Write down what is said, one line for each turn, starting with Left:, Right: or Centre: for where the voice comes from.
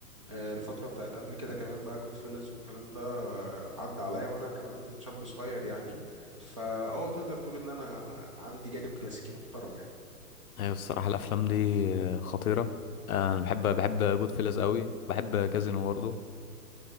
Right: آه، الفترة بتاعت قبل كده كمان بقى جود فيلز والكلام ده آه، عدى عليا وأنا كمان شاب صغير يعني فا اه تقدر تقول إن أنا عندي جانب كلاسيكي محترم يعني
Left: هي الصراحة الافلام دي خطيرة آه انا بحب بحب جود فيلز قوي بحب كازينو برضه